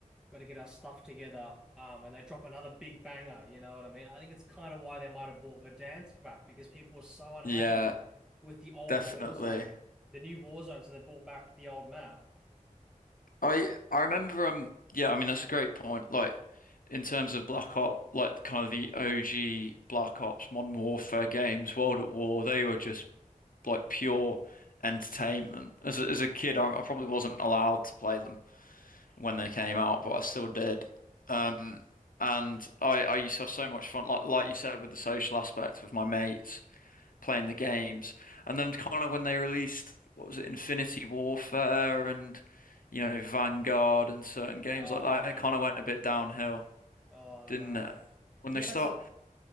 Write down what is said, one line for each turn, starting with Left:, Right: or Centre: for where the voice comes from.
Centre: got to get our stuff together, um, and they drop another big banger, you know what I mean? I think it's kind of why they might have bought Verdansk back because people were so unhappy
Left: yeah,
Centre: with the old
Left: definitely.
Centre: Warzone, the new Warzone, so they brought back the old map.
Left: I I remember um yeah I mean that's a great point like in terms of Black Ops like kind of the OG Black Ops Modern Warfare games World at War they were just like pure entertainment as a, as a kid I, I probably wasn't allowed to play them when they came out but I still did um and I I used to have so much fun like like you said with the social aspect with my mates playing the games. And then kind of when they released, what was it, Infinity Warfare and, you know, Vanguard and certain games
Centre: Oh
Left: like that,
Centre: no.
Left: it kind of went a bit downhill,
Centre: Oh no.
Left: didn't it? When
Centre: Yeah,
Left: they start,
Centre: it's a